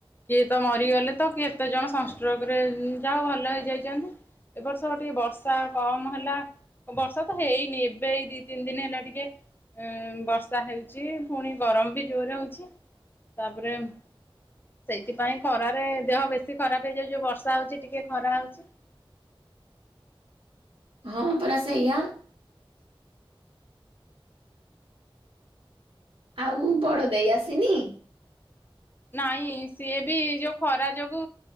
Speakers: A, on the left; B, on the right.
A: କିଏ ତ ମରିଗଲେ ତ କେତେ ଜଣ ସଂଷ୍ଟ୍ରୋକରେ ଯାହଉ ଭଲ ହେଇଯାଇଛନ୍ତି। ଏବ ବର୍ଷ ଟିକେ ବର୍ଷା କମ ହେଲା। ବର୍ଷା ତ ହେଇନି ଏବେ ଏଇ ଦି ତିନି ଦିନ ହେଲା ଟିକେ ଉଁ ବର୍ଷା ହେଉଛି ପୁଣି ଗରମ ବି ଜୋରେ ହଉଛି ତାପରେ ସେଇଥିପାଇଁ ଖରାରେ ଦେହ ବେଶୀ ଖରାପ ହେଇଯାଉଚି ଯୋଉ ବର୍ଷା ହଉଛି ଟିକେ ଖରା ହଉଛି।
B: ହଁ ପରା ସେଇଆ। ଆଉ ବଡ ଦେଇ ଆସିନି?
A: ନାଇଁ ସିଏ ବି ଯୋଉ ଖରା ଯୋଗୁ